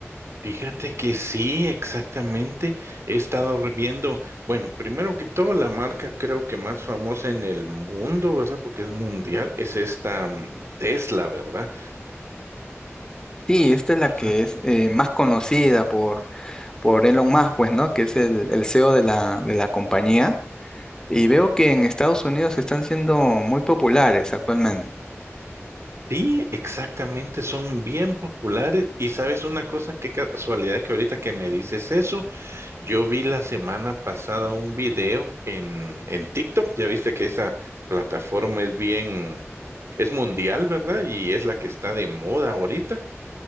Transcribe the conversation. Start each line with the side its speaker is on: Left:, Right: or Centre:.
Right: Fíjate que sí, exactamente. He estado re- viendo, bueno, primero que todo, la marca creo que más famosa en el mundo, ¿verdad? Porque es mundial, es esta mm, Tesla, ¿verdad?
Left: Sí, esta es
Right: ¿Verdad?
Left: la que es eh, más conocida por, por Elon Musk, pues, ¿no? Que es el, el CEO de la, de la compañía. Y veo que en Estados Unidos están siendo muy populares actualmente.
Right: Sí, exactamente, son bien populares. Y sabes una cosa, qué casualidad que ahorita que me dices eso. Yo vi la semana pasada un video en, en TikTok, ya viste que esa plataforma es bien, es mundial, ¿verdad? Y es la que está de moda ahorita.